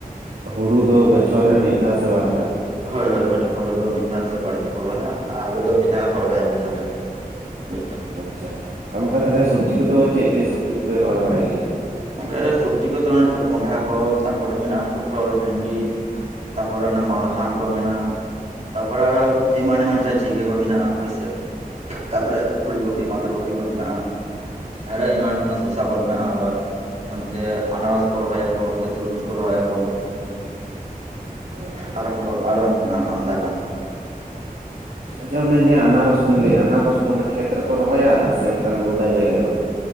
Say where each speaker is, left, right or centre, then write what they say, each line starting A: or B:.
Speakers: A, on the right (about 75°); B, on the right (about 50°).
A: ᱦᱩᱲᱩ ᱫᱚ ᱵᱚᱪᱷᱚᱨ ᱨᱮ ᱢᱤᱫ ᱫᱷᱟᱣ ᱥᱮ ᱵᱟᱨ ᱫᱷᱟᱣ?
B: ᱦᱳᱭ ᱦᱳᱭᱳ ᱦᱚᱡᱚ ᱦᱳᱲᱳ ᱫᱚ ᱢᱤᱫ ᱫᱷᱟᱣ ᱜᱮ ᱥᱮ ᱵᱟᱨ ᱫᱷᱟᱣ ᱠᱚ ᱨᱚᱦᱚᱭᱟ ᱟᱨ ᱟᱞᱩ ᱫᱚ ᱢᱤᱫ ᱫᱷᱟᱣ ᱜᱮᱠᱚ ᱨᱚᱦᱚᱭᱟ ᱵᱚᱪᱷᱚᱨ ᱨᱮ᱾ ᱵᱳᱭᱛᱚ
A: ᱪᱟ ᱚᱱᱠᱟ ᱛᱟᱦᱚᱞᱮ ᱥᱚᱵᱽᱡᱤ ᱠᱚᱫᱚ ᱪᱮᱫ ᱪᱮᱫ ᱥᱚᱵᱡᱤ ᱠᱚᱯᱮ ᱨᱚᱦᱚᱭ ᱵᱟᱲᱟᱭ ᱜᱮᱭᱟ?
B: ᱜᱚᱝᱠᱮ ᱥᱚᱵᱽᱡᱤ ᱠᱚᱫᱚ ᱛᱚ ᱠᱚᱸᱰᱷᱟ ᱠᱚ ᱛᱟᱯᱚᱨᱮ ᱢᱮᱱᱟᱜᱼᱟ ᱯᱚᱴᱚᱞ ᱵᱷᱮᱱᱰᱤ ᱛᱟᱯᱚᱨᱮ ᱚᱱᱮ ᱢᱟᱞᱦᱟᱱ ᱠᱚ ᱢᱮᱱᱟᱜ ᱛᱟᱯᱚᱨᱮ ᱟᱨᱚ ᱮᱢᱟᱱ ᱮᱢᱟᱱ ᱡᱟ ᱡᱷᱤᱸᱜᱟᱹ ᱠᱚ ᱢᱮᱱᱟᱜᱼᱟ ᱦᱳᱭᱥᱮ ᱛᱟᱯᱚᱨᱮ ᱯᱷᱩᱞ ᱠᱚᱯᱤ ᱵᱟᱸᱫᱟ ᱠᱚᱯᱤ ᱠᱚ ᱢᱮᱱᱟᱜᱼᱟ ᱟᱨᱚ ᱮᱢᱟᱱ ᱛᱮᱱᱟᱜ ᱥᱚᱥᱟ ᱠᱚ ᱢᱮᱱᱟᱜᱼᱟ ᱟᱵᱟᱨ ᱚᱱᱛᱮ ᱟᱱᱟᱨᱚᱥ ᱠᱚ ᱨᱚᱦᱚᱭᱟᱠᱚ ᱚᱱᱛᱮ ᱛᱩᱨᱢᱩᱡᱽ ᱠᱚ ᱨᱚᱦᱚᱭᱟᱠᱚ
A: ᱟᱪᱪᱷᱟ ᱟᱪᱪᱷᱟ
B: ᱟᱨᱚ ᱠᱚᱫᱚ ᱟᱨᱚ ᱢᱮᱱᱟᱜᱟ ᱟᱢᱫᱟᱜᱟᱱ
A: ᱟᱪᱷᱟ ᱚᱱᱮ ᱡᱮ ᱟᱱᱟᱨᱚᱥ ᱵᱮᱱ ᱞᱟᱹᱭᱟ ᱟᱱᱟᱨᱚᱥ ᱫᱚ ᱚᱱᱟ ᱠᱷᱮᱛ ᱨᱮᱠᱚ ᱨᱚᱦᱚᱭᱟ ᱥᱮ ᱚᱱᱠᱟᱱᱟᱜ ᱜᱚᱰᱟ ᱡᱟᱭᱜᱟ ᱠᱚᱨᱮ?